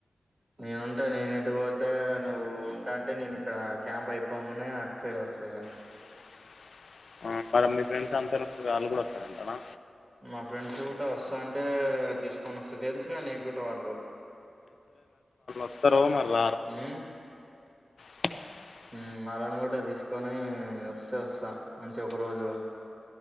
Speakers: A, on the right; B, on the left.
A: <unintelligible> ఉంటా నేను ఎడి పోతే నువ్వు ఉంటా. అంటే నేను ఇక్కడ క్యాంప్ అయిపోగానే అట్ సైడ్ వస్తాఇగ.
B: <unintelligible> ఆ, మరి మీ ఫ్రెండ్స్ అంతరు వాళ్ళు కూడా వస్తారంట నా.
A: మా ఫ్రెండ్స్ కూడా వస్తా. అంటే తీసుకొని వస్తా తెలుసుగా నీకు కూడా వాళ్ళు.
B: వో త్తరో మరి రా.
A: హ్మ్
B: <unintelligible>
A: హ్మ్ వాళ్లని కూడా తీసుకొని వస్తే వస్తాం మంచి ఒక రోజు.